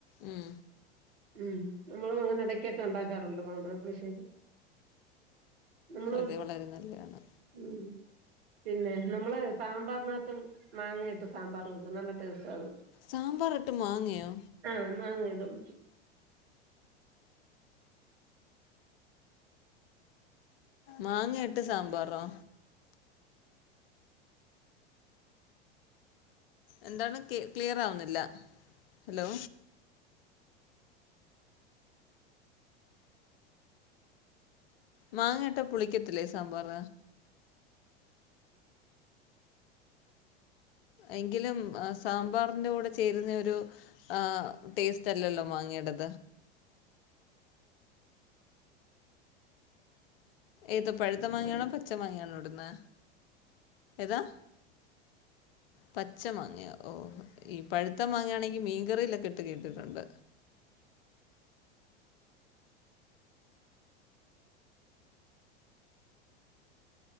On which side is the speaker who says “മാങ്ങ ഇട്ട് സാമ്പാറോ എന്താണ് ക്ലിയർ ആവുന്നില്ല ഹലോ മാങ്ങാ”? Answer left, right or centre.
Left